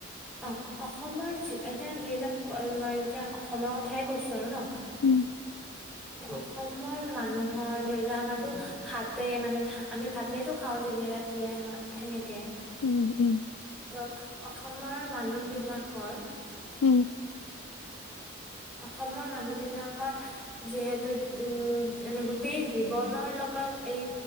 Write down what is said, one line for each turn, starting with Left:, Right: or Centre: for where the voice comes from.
Centre: অ, অসমৰ যি এতিয়া ধৰি লোৱা, মই এতিয়া অসমৰ কথাই কৈছোঁ আৰু ন।
Left: উম।
Centre: অসমৰ মানুহৰ ধৰি লোৱা, আমাৰতো ভাতেই মানে ধা আমি ভাতেইটো খাওঁ দিনে-ৰাতিয়ে সেনেকে।
Left: উম, উম।
Centre: ত, অসমৰ মানুহ বিলাকৰ
Left: উম।
Centre: অসমৰ মানুহ বিলাকৰ যিহেতু উম, মানে গোটেই জীৱনৰ লগত এই